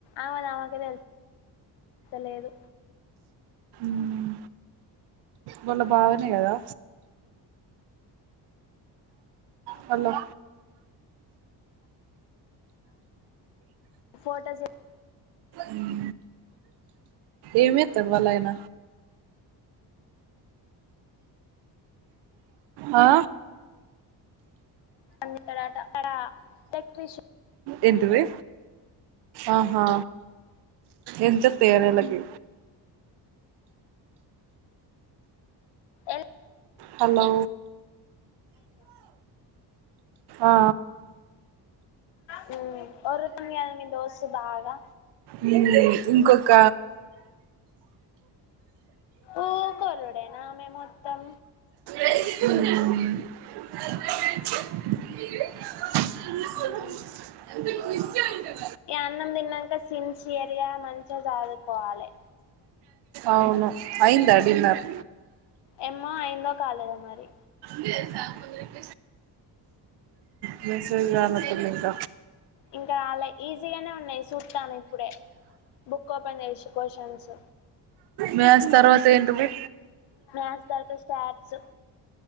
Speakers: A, on the left; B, on the right.
A: ఆమెది ఆమెకే తెలు తేలుత్తలేదు.
B: మ్ వాళ్ళ బావనే గదా హలో
A: ఫోటో
B: మ్ ఏం ఎత్తడు వాళ్ళ ఆయన ఆ
A: పని జెత్తాడట అక్కడ ఎలక్ట్రీషియాన్
B: ఏంటిది ఆహా! ఎంత వోత్తయో నెలకి
A: ఎల్
B: హలో ఆఆ
A: హ్మ్ ఒర్రుతుంది కదా నీ దోస్తు బాగా
B: హ్మ్ ఇంకొక
A: ఉకొర్రూడేనా ఆమె మొత్తం
B: హ్మ్ <inaudible>
A: ఉమ్. ఈ అన్నం తిన్నాక సిన్సియర్ గా మంచిగా చదుకోవాలి
B: అవును అయిందా డిన్నర్
A: ఏమ్మో అయిందో కాలేదో మరి
B: హ్మ్ <inaudible> ఇగ
A: ఇంకా రాలే ఈజీగానే ఉన్నాయి చూస్తాన ఇప్పుడే బుక్ ఓపెన్ చేసి క్వశ్చన్స్
B: మ్యాస్ తర్వాత ఏంటిది
A: మ్యాథ్స్ తర్వాత స్టాట్స్